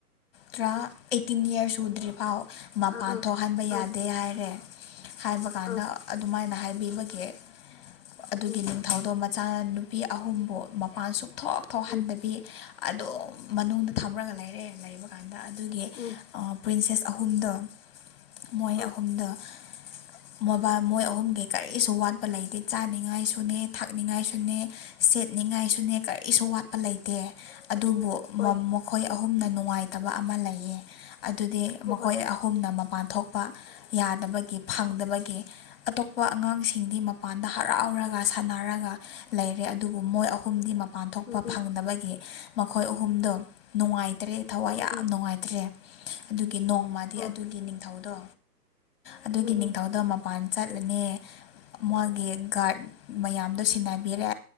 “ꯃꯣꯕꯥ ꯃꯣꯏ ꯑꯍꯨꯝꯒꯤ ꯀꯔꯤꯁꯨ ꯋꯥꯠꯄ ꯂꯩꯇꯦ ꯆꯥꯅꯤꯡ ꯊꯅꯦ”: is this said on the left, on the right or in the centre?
Left